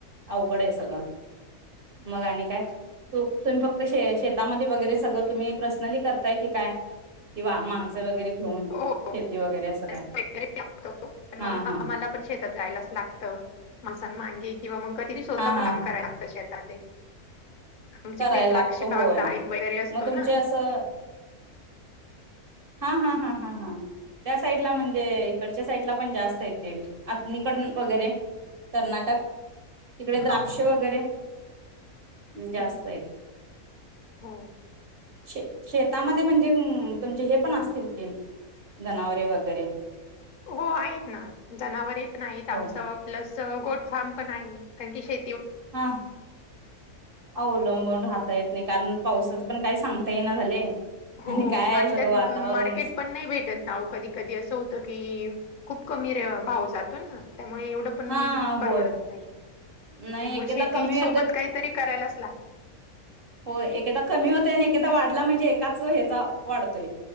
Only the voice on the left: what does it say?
हो हो
<unintelligible>
मंग
आम्हाला पण शेतात जायलाच लागत माणसानमांगे. किंवा मंग कधी शोधला
पण काम कराया शेत. काटे आमचेकडे
द्राक्षबाग
डाळिंब वगैरे असतो
ना,
हा हा
हा हो
हो आहेत ना जनावरे पण आहेत
आमचं प्लस अ गोट फार्म. पण आहे कारण की शे
हो,
आणि
त्यात
म मार्केट पण नाही भेटत ना ओ कधी कधी असं होतं की खूप कमी रे भाव जातो ना. त्यामुळे एवढं पण
परवडत नाही
त्यामुळे
शेती
सोबत काहीतरी करायलाच लाग